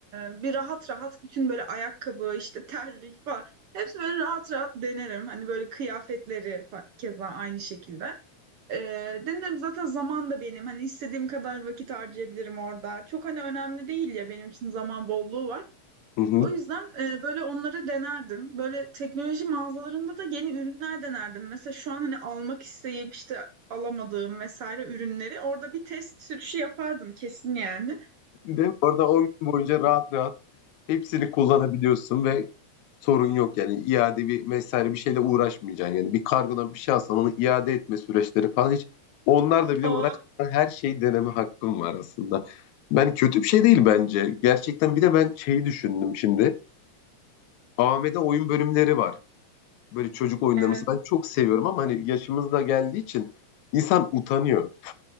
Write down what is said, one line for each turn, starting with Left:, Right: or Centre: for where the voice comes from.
Right: bir rahat rahat bütün böyle ayakkabı, işte terlik falan. Hepsi böyle rahat rahat denerim. Hani böyle kıyafetleri fa- keza aynı şekilde. Ee, denerim zaten zaman da benim. Hani istediğim kadar vakit harcayabilirim orada. Çok hani önemli değil ya benim için zaman bolluğu var.
Left: Hı hı.
Right: O yüzden e, böyle onları denerdim. Böyle teknoloji mağazalarında da yeni ürünler denerdim. Mesela şu an hani almak isteyip işte alamadığım vesaire ürünleri orada bir test sürüşü yapardım kesin yani.
Left: Değil mi? Orada 10 gün boyunca rahat rahat hepsini kullanabiliyorsun ve sorun yok yani iade bir vesaire bir şeyle uğraşmayacaksın. Yani bir kargodan bir şey alsan onu iade etme süreçleri falan hiç onlarla bile
Right: Aa
Left: uğraşmadan her şeyi deneme hakkım var aslında. Ben kötü bir şey değil bence. Gerçekten bir de ben şeyi düşündüm şimdi. AVM'de oyun bölümleri var. Böyle çocuk oyunları
Right: evet.
Left: mesela ben çok seviyorum ama hani yaşımız da geldiği için insan utanıyor.